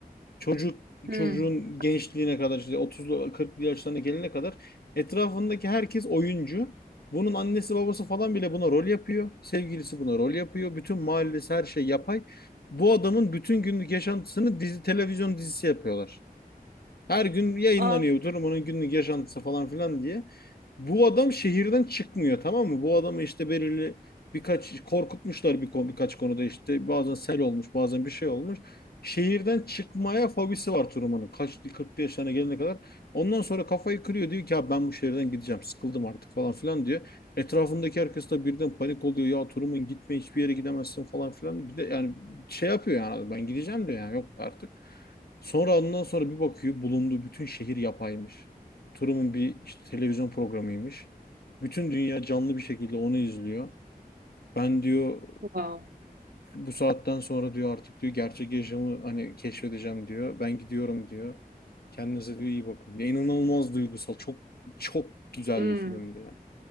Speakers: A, on the left; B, on the right.
A: Çocuk
B: Hmm.
A: çocuğun gençliğine kadar işte 30'lu 40'lı yaşlarına gelene kadar etrafındaki herkes oyuncu. Bunun annesi babası falan bile buna rol yapıyor. Sevgilisi buna rol yapıyor. Bütün mahallesi her şey yapay. Bu adamın bütün günlük yaşantısını dizi televizyon dizisi yapıyorlar. Her gün yayınlanıyor
B: Ah,
A: durumunun günlük yaşantısı falan filan diye. Bu adam şehirden çıkmıyor tamam mı? Bu adamı işte belirli birkaç korkutmuşlar bir konu, birkaç konuda işte bazen sel olmuş bazen bir şey olmuş. Şehirden çıkmaya fobisi var Truman'ın. Kaç 40 yaşlarına gelene kadar. Ondan sonra kafayı kırıyor diyor ki ya ben bu şehirden gideceğim. Sıkıldım artık falan filan diyor. Etrafındaki herkes de birden panik oluyor. Ya Truman gitme hiçbir yere gidemezsin falan filan. Bir de yani şey yapıyor yani ben gideceğim diyor yani yok artık. Sonra ondan sonra bir bakıyor bulunduğu bütün şehir yapaymış. Truman bir işte televizyon programıymış. Bütün dünya canlı bir şekilde onu izliyor. Ben diyor
B: wow.
A: bu saatten sonra diyor artık diyor gerçek yaşamı hani keşfedeceğim diyor. Ben gidiyorum diyor. Kendinize diyor iyi bakın. Ya inanılmaz duygusal. Çok çok güzel
B: Hmm.
A: bir filmdi ya.